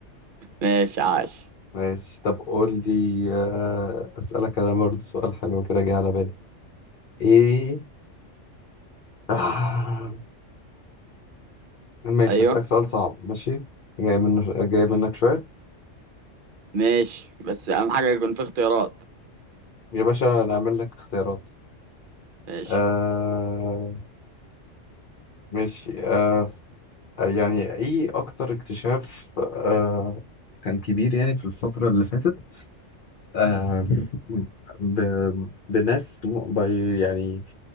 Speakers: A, on the right; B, on the left.
A: ماشي عاش
B: ماشي طب قول لي آه، أسألك أنا برضه سؤال حلو كده جه على بالي ايه آه. ماشي
A: ايوه
B: هسألك سؤال صعب ماشي جاي منه جاي منك شوية
A: ماشي بس اهم حاجة يكون في اختيارات
B: يا باشا نعمل لك اختيارات
A: ماشي
B: آه ماشي آه يعني ايه اكتر اكتشاف آه كان كبير يعني في الفترة اللي فاتت آه ب... بناس م... ب... يعني